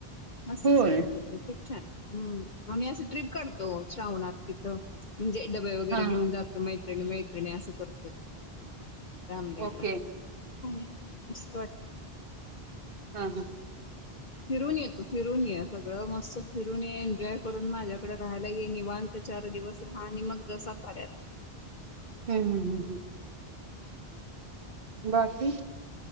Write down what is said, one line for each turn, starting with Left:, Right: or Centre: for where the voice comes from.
Left: मस्तच
Right: होय
Left: आहे तीथं पण खूप छान हम्म आम्ही असं ट्रिप काढतो श्रावणात तिथं म्हणजे डॉ वगैरे
Right: हा
Left: घेऊन
Right: हा
Left: जातो
Right: हा
Left: मैत्रीण मैत्रिणी वगैरे नाही असं करत रामलींगला
Right: ओके
Left: वा.
Right: हा हा
Left: फिरून येतू फिरून ये सगळं मस्त फिरून ये एन्जॉय करून माझ्याकडे राहायला ये निवांत चार दिवस रहा आणि मग- जसाफ्याला
Right: हम्म हम्म हम्म हम् बाकी